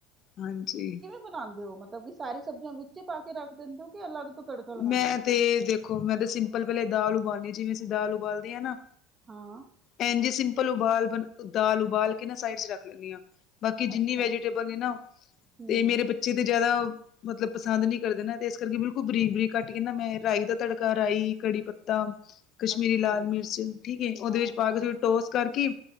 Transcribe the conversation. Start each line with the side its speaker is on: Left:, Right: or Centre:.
Left: ਹਾਂਜੀ।
Right: ਬਣਾਂਦੇ ਹੋ ਮਤਲਬ ਕਿ ਸਾਰੀ ਸਬਜ਼ੀਆਂ ਵਿੱਚੇ ਪਾ ਕੇ ਰੱਖ ਦਿੰਦੇ ਹੋ ਕਿ ਅਲੱਗ ਤੋਂ ਤੜਕਾ ਲਗਾਉਂਦੇ
Left: ਮੈਂ
Right: ਹੋ
Left: ਤੇ ਦੇਖੋ ਮੈਂ ਤੇ ਸਿੰਪਲ ਪਹਿਲੇ ਦਾਲ ਉਬਾਲਣੀ ਆ ਜਿਵੇਂ ਅਸੀਂ ਦਾਲ ਉਬਾਲਦੇ ਆ ਨਾ।
Right: ਹਾਂ।
Left: ਐਜ ਹੀ ਸਿੰਪਲ ਉਬਾਲ ਬ ਦਾਲ ਉਬਾਲ ਕੇ ਨਾ ਸਾਈਡ ਚ ਰੱਖ ਲੈਣੀ ਆ ਬਾਕੀ ਜਿੰਨੀ
Right: ਅੱਛਾ
Left: ਵੈਜੀਟੇਬਲ ਨੇ ਨਾ
Right: ਹੂੰ
Left: ਤੇ ਮੇਰੇ ਬ ਬੱਚੇ ਤੇ ਜਿਆਦਾ, ਮਤਲਬ ਪਸੰਦ ਨ ਕਰਦੇ ਨੇ ਤੇ ਇਸ ਕਰਕੇ ਬਿਲਕੁਲ ਬਰੀਕ-ਬਰੀਕ ਕੱਟ ਕੇ ਨਾ, ਮੈਂ ਰਾਈ ਦਾ ਤੜਕਾ ਰਾਈ, ਕੜੀ ਪੱਤਾ ਕਸ਼ਮੀਰੀ
Right: ਅੱਛਾ
Left: ਲਾਲ ਮਿਰਚ, ਠੀਕ ਏ, ਉਹਦੇ
Right: ਹਾਂ
Left: ਵਿੱਚ ਪਾ
Right: ਹਾਂ
Left: ਕੇ ਥੋੜੀ ਟੋਸ ਕਰਕੇ,